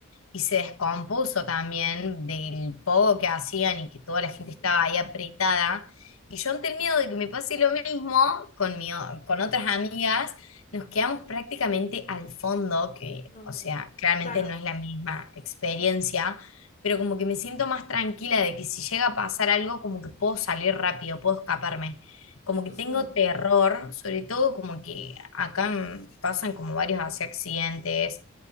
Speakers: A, on the left (about 75°); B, on the left (about 35°).
A: y se descompuso también del poco que hacían y que toda la gente
B: Ujú,
A: estaba ahí apretada. Y yo ante el miedo de que me pase lo mismo con mi o- con otras amigas, nos quedamos prácticamente al fondo, que
B: No.
A: o sea, claramente
B: Claro.
A: no es la misma experiencia,
B: Ujú,
A: pero como que me siento más tranquila de que si llega a pasar algo, como que puedo salir rápido, puedo escaparme como que
B: ujú.
A: tengo terror, sobre todo como que acá mm, pasan como varios así accidentes,